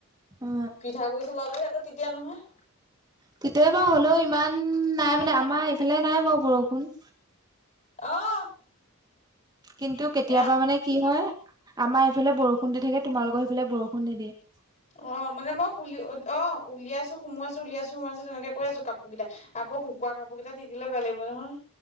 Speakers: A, on the right; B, on the left.
A: অ
B: পিঠাগুই চলালে আকৌ তিতে নহয়।
A: তেতিয়াই বাও হ'লেও ইমান নাই মানে, আমাৰ এফালে নাই বাও বৰষুণ।
B: অ'।
A: কিন্তু কেতিয়াবা
B: এ
A: মানে কি হয়, আমাৰ এফালে বৰষুণ দি থাকে তোমালোকৰ সিফালে বৰষুণ নিদিয়ে। <inaudible>
B: অ' মানে মই খুলি, অ' উলিয়াইছো, সোমোৱাইছো, উলিয়াইছো সোমাইছো তেনেকে কৈ আছোঁ কাপোৰগিটা। আকৌ শু কুৱা কাপো গিটা তিতিলে বেয়া লাগিব নহয়।